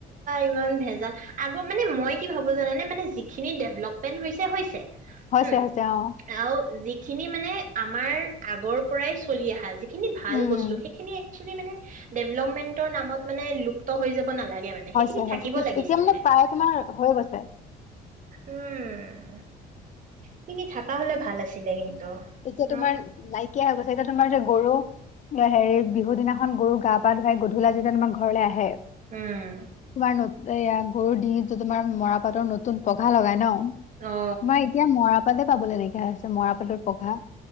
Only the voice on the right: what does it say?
ইমান ভেজাল আগ মানে মই কি ভাবো জানে নে মানে যিখিনি ডেভলপমেন্ট হৈছে হৈছে
উম
আৰু যি খিনি মানে আমাৰ আগৰ পৰাই চলি অহা যায় যিখিনি ভাল
বস্তু
সেইখিনি এক একচোৱেলি মানে দেভেলপমেনত নামত লোপ্ত হয় যাব নালাগে মানে
থাকিব লাগিছিলে
উম পিনি থকা হ'লে ভাল আছিলে কিন্তু
ন
উম
অ